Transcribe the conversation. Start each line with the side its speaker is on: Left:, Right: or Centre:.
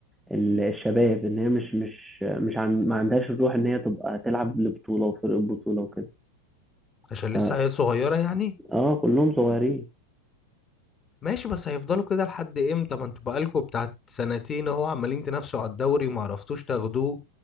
Centre: الشباب ان هي مش مش مش عن ما عندهاش الروح ان هي تبقى تلعب لبطوله وفرق بطوله وكده
Left: عشان
Centre: ف
Left: لسه عيال صغيرة يعني
Centre: اه كلهم صغيرين
Left: ماشي بس هيفضلوا كده لحد امتى ما انتوا بقالكوا بتاعت سنتين اهو عمالين تنافسوا على الدوري وما عرفتوش تاخدوه